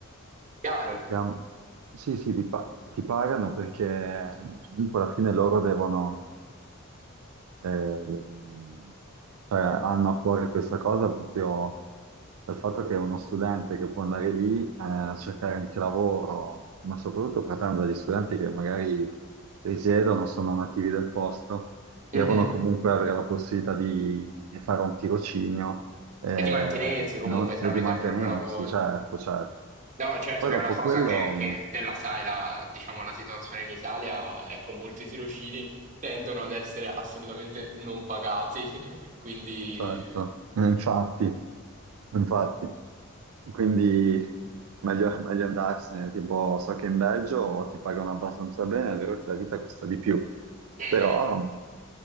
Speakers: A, on the right (about 35°); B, on the right (about 80°).
A: Chiaro?
B: ti chiam- sì, sì, ti, pa- ti pagano perché comunque alla fine loro devono... Eh, ehm, cioè, hanno a cuore questa cosa proprio dal fatto che è uno studente che può andare lì eh, a cercare anche lavoro, ma soprattutto partendo dagli studenti che magari risiedono, sono nativi del posto, devono
A: Mhm.
B: comunque avere la possibilità di, di fare un tirocinio eh,
A: E di mantenersi comunque
B: non-
A: tramite
B: e di mantenersi,
A: il proprio lavoro.
B: certo, certo.
A: No, certo
B: Poi
A: che
B: dopo
A: è una cosa
B: quello.
A: che, che te la sai, la, diciamo, la situazione in Italia, ecco, molti tirocini tendono ad essere assolutamente non pagati, <laughs> quindi...
B: certo, Eh, infatti, infatti. Quindi meglio, meglio andarsene, tipo so che in Belgio ti pagano abbastanza bene, è vero che la vita costa di più,
A: Mhm.
B: però